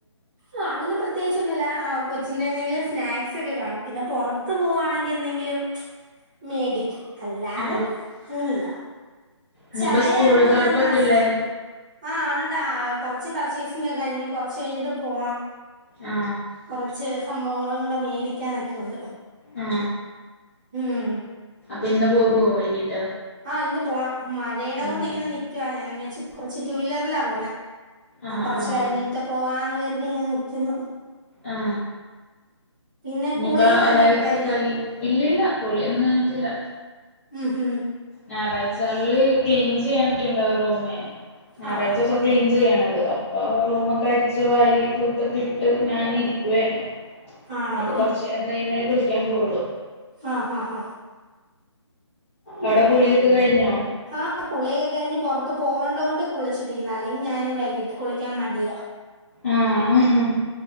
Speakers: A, on the right (about 15°); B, on the left (about 25°).
A: ആ അങ്ങനെ പ്രത്യേകിച്ചൊന്നുല്ലാ അഹ് കൊച്ചിന്റെ എന്തെങ്കിലും സ്നാക്സ് ഒക്കെ കാണും പിന്നെ പൊറത്ത് പോവാണെങ്കി എന്തെങ്കിലും മേടിക്കും അല്ലാത്
B: ആ
A: അങ്ങനില്ല
B: ഇനിയിപ്പ
A: ചായ
B: സ്കൂള്
A: ആർക്കും
B: തുറപ്പൊക്കെല്ലേ
A: അങ്ങനെ മസ്റ്റ് ആ ആണണ്ടാ ആ ആ കൊറച്ച് പറി ചേസിങ്ങ് കൈനി കൊറച്ച് കഴിഞ്ഞട്ട് പോണം
B: ആ
A: കുറച്ച് സംഭവങ്ങളങ്ങണ്ട മേ ടിക്കാനൊക്കെയുണ്ട്
B: ആ
A: ഉം
B: പ്പിന്ന് പോകോ വൈകിട്ട്
A: ആ ഇന്ന് പോണ മഴേട
B: ഉം
A: കൊണ്ട് ഇങ്ങനെ നിക്കുവാ ഞാൻ വെച് കൊറച്ച് ടു വീല്ലറില്ലാ പോന്നേ
B: ആ
A: അ കൊറച്ച്
B: ആ
A: കഴിഞ്ഞിട്ട് പോവാന്ന് ഇത്തീയ നിക്കുന്നു
B: ആ
A: പിന്നെ
B: ഇനിപ്പ
A: കുളിയും നനയൊക്കെ
B: ഒരാഴ്ച
A: കഴിഞ്ഞോ
B: കൈ ഇല്ലില്ല കുളിയൊന്നും കയിഞ്ഞിട്ടില്ല
A: ഉം ഹും
B: ഞായറാഴ്ചകള്ല് ക്ലീൻ ചെയ്യാനൊക്കെ ഉണ്ടാവ റൂമേ ഞായറാഴ്ച്ചോസോ
A: ആ ഹാ ഹാ
B: ക്ലീൻ ചെയ്യണത് അപ്പൊ റൂമൊക്കെ അടിച്ച് വാരി തൂത്തൊക്കെ ഇട്ട് ഞാനിരിക്കുവാരുന്നു
A: ആണോ
B: ഇപ്പൊ കൊറചേരം കഴിയുമ്പഴേകു ക്യാമ്പോള്ളൂ
A: ആ ഹ ഹാ
B: അവ്ടെ കുളിയൊക്കെ കഴിഞ്ഞോ
A: ഹാ കുളിയൊക്കെ കഴിഞ്ഞ് പൊറത്ത് പോകേണ്ടോണ്ട് കുളിച്ചിട്ടിക്ക്ന്ന് അല്ലെങ്കി ഞാനും വൈകിട്ട് കുളിക്കാൻ മടിയാ
B: ആ ഹഹ്